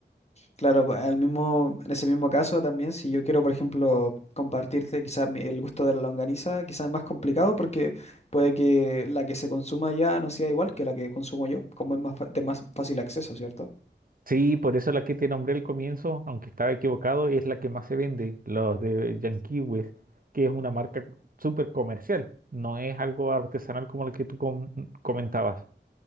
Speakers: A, on the left; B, on the right.
A: Claro, pa- al mismo, en ese mismo caso también, si yo quiero, por ejemplo, compartirte quizás mi- el gusto de la longaniza, quizás es más complicado porque puede que la que se consuma allá no sea igual que la que consumo yo, como es más fa- de más fácil acceso, ¿cierto?
B: Sí, por eso la que te nombré al comienzo, aunque estaba equivocado, es la que más se vende, los de Yankees, que es una marca súper comercial, no es algo artesanal como el que tú com- comentabas.